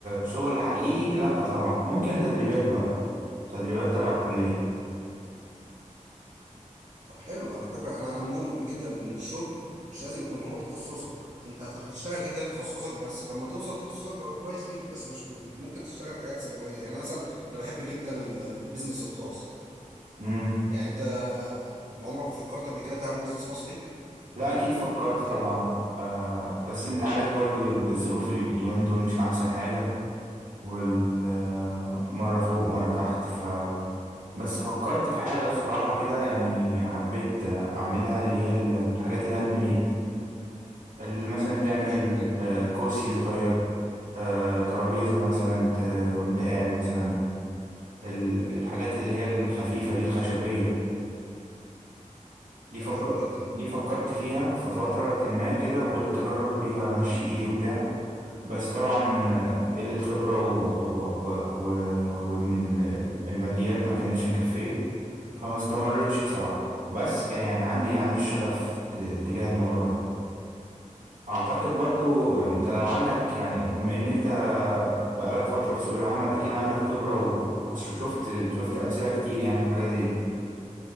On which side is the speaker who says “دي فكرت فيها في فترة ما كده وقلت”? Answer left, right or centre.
Right